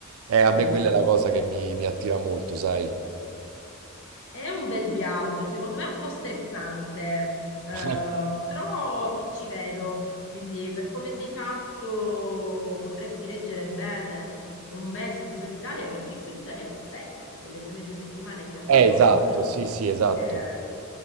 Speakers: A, on the right (about 80°); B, on the left (about 65°).
A: Eh,
B: Un
A: a
B: bel
A: me
B: viaggio.
A: quella è la cosa che mi mi attira molto, sai.
B: È un bel viaggio, secondo me è un po' stressante, eh,
A: Eh,
B: però ti ci vedo, quindi per come sei fatto potresti reggere bene un mese in solitaria, che poi in solitaria non sei, perché se le prime due settimane ti ospita
A: esatto,
B: un'amica,
A: sì, sì, esatto.
B: eh,